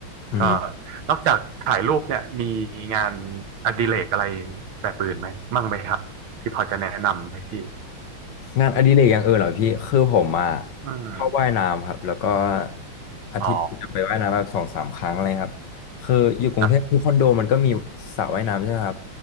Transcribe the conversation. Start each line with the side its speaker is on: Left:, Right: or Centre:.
Left: อืม
Right: ก็นอกจากถ่ายรูปเนี่ยมีงานอดิเรกอะไรแบบอื่นไหมมั่งไหมครับที่พอจะแนะนำให้พี่
Left: งานอดิเรกอย่างอื่นเหรอพี่คือผมอ่ะ
Right: อืม
Left: ชอบว่ายน้ำครับแล้วก็อาทิตย์หนึ่งจะไปว่ายน้ำแบบสองสามครั้งอะไรครับคืออยู่กรุงเทพทุกคอนโดมันก็มีสระว่ายน้ำใช่ไหมครับ
Right: อ๋อครับ